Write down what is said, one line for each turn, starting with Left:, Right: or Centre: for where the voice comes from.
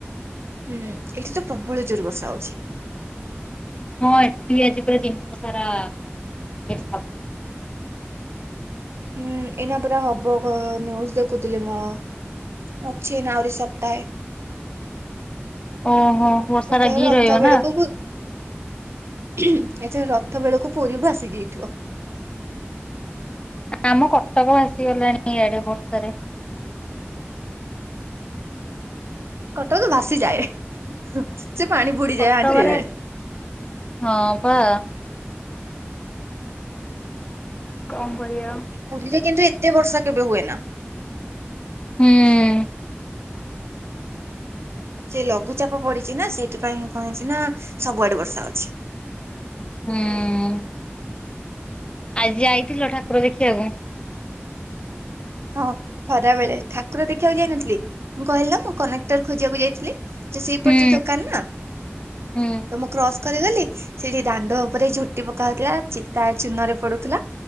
Right: ହୁଁ ଏଇଠି ତ ପ୍ରବଳ ଜୋରେ ବର୍ଷା ହଉଛି।
Left: ହଁ ଏଠି ଆଜି ପୁରା ଦିନ ସାରା ବର୍ଷା।
Right: ହୁଁ ଏଇନା ପରା ହବ ନିଉଜ ଦେଖୁଥିଲି ମୁଁ। ଅଛି ଏଇନା ଆହୁରି ସପ୍ତାହେ।
Left: ଓହୋ ବର୍ଷା
Right: ଏଥର
Left: ଲାଗିକି
Right: ରଥ
Left: ରହିବ
Right: ବେଳକୁ
Left: ନା।
Right: ପୁ- ହୁଁ ଏଥର ରଥ ବେଳକୁ ପୁରୀ ଭାସି ଯାଇଥିବ।
Left: ଆମ କଟକ ଭାସିଗଲାଣି ଆଡେ ବର୍ଷା ରେ।
Right: କଟକ ଭାସିଯାଏ ସେ ପାଣି ବୁଡିଯାଏ
Left: କଟକରେ
Right: ଆଣ୍ଟିଏଯାଏ।
Left: ହଁ ବା। କଣ କରିଆ?
Right: ପୁରୀରେ କିନ୍ତୁ ଏତେ ବର୍ଷା କେବେ ହୁଏ ନା।
Left: ହୁଁ-ଉଁ।
Right: ସେ ଲଘୁଚାପ ପଡିଚି ନା ସେଥିପାଇଁ କଣ ହେଇଚି ନା ସବୁଆଡେ ବର୍ଷା ଅଛି।
Left: ହୁଁ-ଉଁ। ଆଜି ଯାଇଥିଲ ଠାକୁର ଦେଖିବାକୁ?
Right: ହଁ ଖରାବେେଳେ ଠାକୁର ଦେଖିବାକୁ ଯାଇନଥିଲି, ମୁଁ କହିଲି ନା ମୁଁ କନେକ୍ଟର୍ ଖୋଜିବାକୁ ଯାଇଥିଲି। ସେ ସେଇପଟର
Left: ହୁଁ
Right: ଦୋକାନ ନା ତ
Left: ହୁଁ
Right: ମୁଁ କ୍ରସ୍ କରି ଗଲି ସେଠି ଦାଣ୍ଡ ଉପରେ ଝୋଟି ପକା ହେଉଥିଲା, ଚିତା ଚୂନରେ ପଡୁଥିଲା।